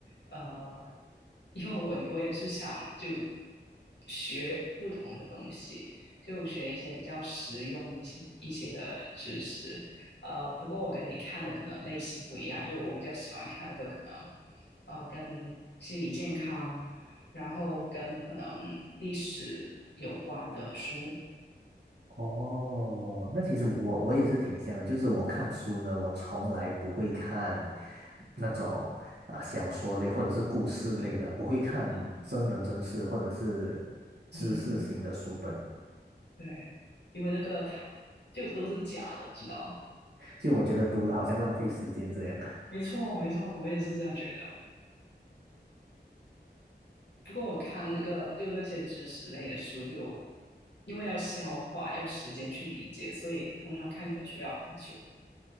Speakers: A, on the left; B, on the right.
A: 呃，因为我我也是想就学不同的东西，就学一些比较实用一些一些的知识。呃，不过我跟你看的可能类型不一样，就我比较喜欢看的个可能，呃，跟心理健康。然后跟可能历史有关的书
B: 哦，那其实我我也是挺像的，就是我看书呢，我从来不会看那种啊、呃小说类或者是故事类的，
A: 啊，
B: 我会看真人真事或者是知识型的书本，
A: 啊，嗯，对，因为那个它就都是假的，知道？
B: 就我觉得读了好像浪费时间这样。
A: 没错，没错，我也是这样觉得。不过我看那个就那些知识类的书就，因为要消化，要时间去理解，所以通常看一本书要很久。